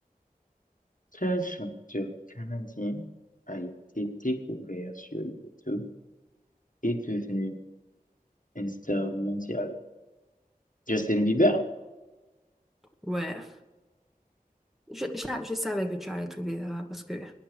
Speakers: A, on the left; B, in the centre.
A: Quel chanteur canadien a été découvert sur YouTube et devenu une star mondiale? Justin Bieber?
B: Ouais. Je, je, je savais que tu allais trouver ça parce que